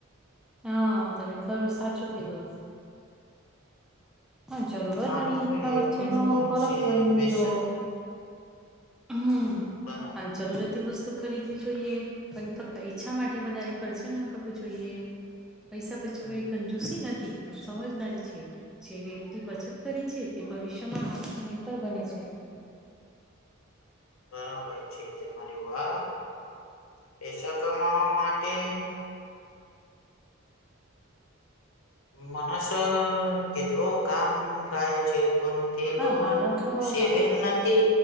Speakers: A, in the centre; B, on the left (about 70°).
A: હા તમે ખરું સાચું કીધું હા જરૂરત
B: મારું
A: અને ઈચ્છા
B: તો એટલું
A: વચ્ચેનો
B: જ કવું
A: કરપશન
B: છે બેશક
A: જો હમ્મ
B: બરાબર.
A: અને જરૂરતતી વસ્તુ ખરીદવી જોઈએ. પણ ફક્ત ઈચ્છા માટે વધારે ખર્ચ ન કરવું જોઈએ. પૈસા બચાવવા
B: હમ
A: એ કંજૂસી નથી. સમજદારી છે જે વ્યક્તિ બચત કરી છે તે ભવિષ્યમાં આત્મનિર્ભર બને છે.
B: બરાબર છે તમારી વાત. પૈસો કમાવા માટે મનસ કેટલો કામ થાય છે પણ તે
A: હા
B: તો
A: માનવ સ્વભાવ
B: સેવેંગ
A: કામ કરે
B: નથ તે